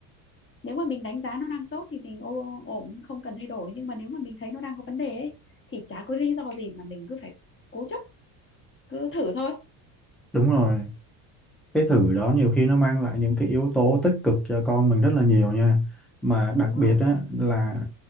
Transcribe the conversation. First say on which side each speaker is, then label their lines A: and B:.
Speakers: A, on the left; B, in the centre.
A: nếu mà mình đánh giá nó đang tốt thì mình ô, ổn không cần thay đổi nhưng mà nếu mà mình thấy nó đang có vấn đề ấy, thì chả có lý do gì mà mình cứ phải cố chấp cứ thử thôi
B: đúng rồi cái thử đó nhiều khi nó mang lại những cái yếu tố tích cực cho con mình rất là nhiều nha mà đặc
A: đúng rồi
B: biệt á, là